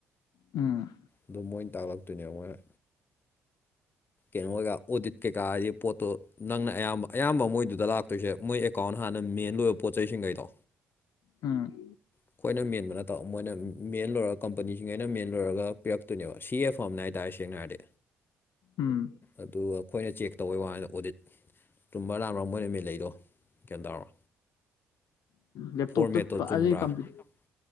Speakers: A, on the left; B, on the left.
A: ꯎꯝ
B: ꯑꯗ‌ꯣ ꯃꯣꯏꯅ ꯇꯥꯛꯂꯛꯇꯣꯏꯅꯦ ꯃꯣꯏꯅ ꯀꯩꯅꯣ ꯑꯣꯏꯒ ꯑꯣꯗꯤꯠ ꯀꯩꯀꯥ ꯍꯥꯏꯗꯤ ꯄꯣꯠꯇꯣ ꯅꯪꯅ ꯑꯌꯥꯝꯕ ꯑꯌꯥꯝꯕ ꯃꯣꯏꯗꯨꯗ ꯂꯥꯛꯇꯣꯏꯖ‌ꯦ ꯃꯣꯏ ꯀꯥꯎꯟ ꯍꯥꯟꯅ ꯃꯦꯟ ꯂꯣꯏꯕ ꯄꯣꯠ ꯆꯩꯁꯤꯡꯒꯩꯗꯣ
A: ꯎꯝ
B: ꯑꯩꯈꯣꯏꯅ ꯃꯦꯟꯕ ꯅꯠꯇꯕ ꯃꯣꯏꯅ ꯃꯦꯟ ꯂꯣꯏꯔꯒ ꯀꯝꯄꯅꯤꯁꯤꯡꯉꯩꯅꯅ ꯃꯦꯟ ꯂꯣꯏꯔꯒ ꯄꯤꯔꯛꯇꯣꯏꯅꯦꯕ ꯁꯤ ꯑꯦꯐ ꯐꯝꯅ‌ꯦ ꯍꯥꯏꯇꯥꯔꯦ ꯁꯦꯡꯅ ꯍꯥꯏꯔꯗꯤ
A: ꯎꯝ
B: ꯑꯗꯨ ꯑꯩꯈꯣꯏꯅ ꯆꯦꯛ ꯇꯧꯋꯦ ꯋꯥ ꯍꯥꯏꯗ ꯑꯣꯗꯤꯠ ꯆꯨꯝꯕ꯭ꯔ ꯂꯥꯟꯕ꯭ꯔ ꯃꯣꯏꯅ ꯃ‌ꯦꯟꯂꯛꯏꯗꯣ ꯒ꯭ꯌꯥꯟ ꯇꯥꯔꯕ
A: ꯂꯦꯞꯇꯣꯞꯇ
B: ꯐꯣꯔꯃꯦꯠꯇꯣ ꯆꯨꯝꯕ꯭ꯔꯥ
A: ꯑꯗꯨ ꯀꯝꯄꯤ
B: ꯍꯣꯏ